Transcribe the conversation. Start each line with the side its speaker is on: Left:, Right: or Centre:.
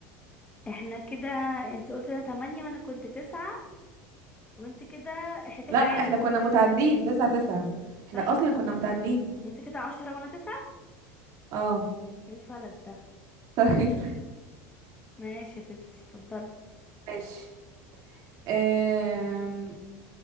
Left: احنا كده انت قلت انا تمانية وانا كنت تسعة وانت كده احنا كده
Right: لا
Left: تعادل
Right: احنا كنا متعادلين تسعة تسعة احنا
Left: طيب
Right: اصلا كنا متعادلين
Left: انت كده عشرة وانا تسعة
Right: اه
Left: ايه الفلس ده
Right: <laughs> طيب
Left: ماشي يا ستي اتفضلي
Right: ماشي أم...